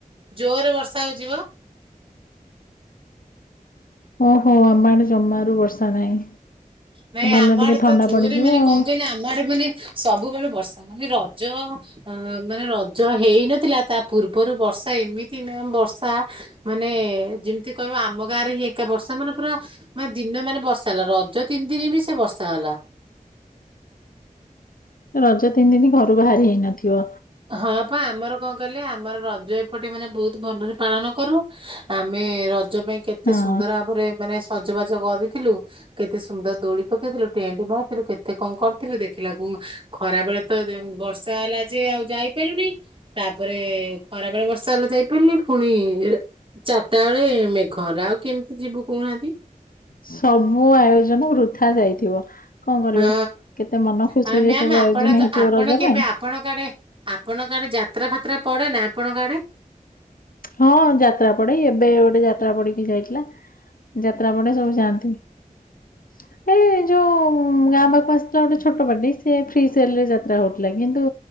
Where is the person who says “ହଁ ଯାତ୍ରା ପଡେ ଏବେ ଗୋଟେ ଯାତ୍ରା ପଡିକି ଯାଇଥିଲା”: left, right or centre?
Left